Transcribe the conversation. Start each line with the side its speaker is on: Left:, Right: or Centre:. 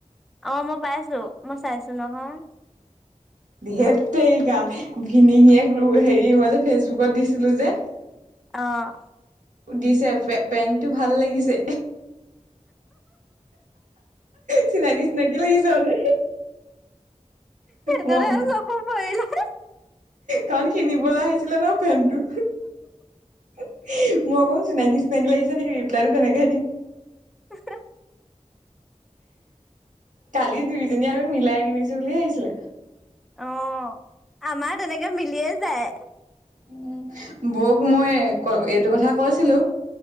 Centre: অ' মই পাইছোঁ, মই চাইছোঁ নহয়।
Right: ধেত তেৰিকা ঘিনিহিয়ে গ্ৰু হেৰি মই যে ফেচবুকত দিছিলোঁ যে।
Centre: অ'।
Right: দিছে পে পেণ্টটো ভাল লাগিছে। চিনাকি চিনাকি লাগিছে মানে।
Centre: এ, সেইটোতে
Right: মই
Centre: চকু পৰিলে <unintelligible>
Right: কাৰণ কিনিবলৈ আহিছিলে ন' পেনটো। মই কম চিনাকি চিনাকি লাগিছে নেকি ৰিপ্লাইটো তেনেকহে দিম।
Centre: <unintelligible>
Right: কালি দুইজনীয়ে আমি মিলাই কিনিছোঁ বুলি ভাবিছিলে।
Centre: অ' আমাৰ তেনেকে মিলিয়ে যায়।
Right: উম, বৌক মই ক-এইটো কথা কৈছিলোঁ,